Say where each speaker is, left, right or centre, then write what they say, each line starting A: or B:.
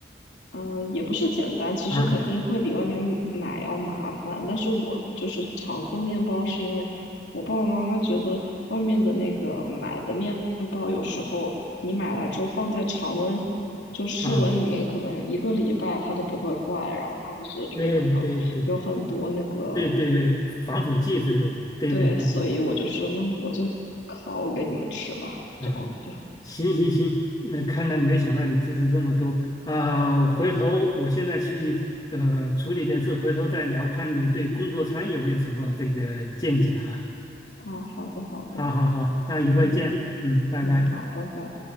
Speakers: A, on the left; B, on the left.
A: 嗯，也不是简单，其实肯定会比外面买要麻烦。
B: 啊
A: 但是我就是常做面包，是因为我爸爸妈妈觉得外面的那个买的面包，有时候你买来之后放在常温，就室温里面，
B: 啊，
A: 可能一个礼拜它都不会坏。然后他们觉得里面可能有很多那个
B: 对对对对对，防腐剂之类的，对对对对，
A: 对，所以我就说，那我就烤给你们吃吧，
B: 啊。
A: 这样子。
B: 行行行，那看来没想到你支持这么多啊，回头我现在去呃处理点事，回头再聊，看你对工作餐有没有什么这个见解啊。
A: 啊，好的，好的，
B: 好好好，那一会见，
A: 嗯
B: 嗯，拜拜。
A: 嗯，好，拜拜。